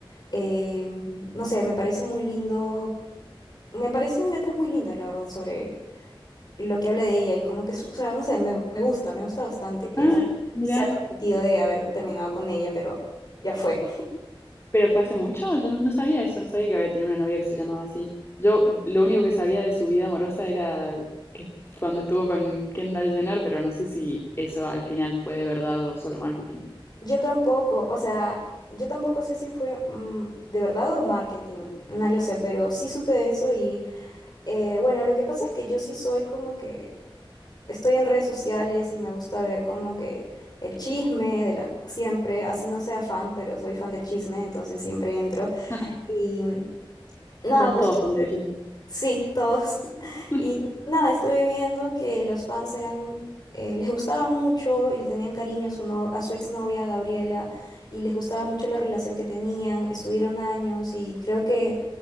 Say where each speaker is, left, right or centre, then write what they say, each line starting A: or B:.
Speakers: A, on the left; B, on the left.
A: Em, no sé, me parece muy lindo, me parecen letras muy lindas, la verdad, sobre lo que habla de ella y como que, su- o sea, no sé, me, me gusta, me gusta bastante que
B: Ah,
A: fa-
B: mira,
A: se ha arrepentido de haber terminado con ella, pero ya fue.
B: pero fue hace mucho, yo no, no sabía eso, no sabía que había tenido una novia que se llamaba así. Yo lo único que sabía de su vida amorosa era que cuando estuvo con Kendall Jenner, pero no sé si eso al final fue de verdad o solo marketing.
A: Yo tampoco, o sea, yo tampoco sé si fue mm, de verdad o marketing, no lo sé, pero sí supe de eso y eh, bueno, lo que pasa es que yo sí soy como que estoy en redes sociales y me gusta ver como que el chisme de las siempre, así no sea fan, pero soy fan del chisme, entonces siempre entro
B: <laughs>
A: y nada,
B: Somos
A: pues
B: todos fan del chisme.
A: Sí, todos. <laughs>
B: <laughs>
A: Y nada, estuve viendo que los fans eran, eh, les gustaba mucho y le tenían cariño a su, no- a su exnovia Gabriela y les gustaba mucho la relación que tenían, estuvieron años y creo que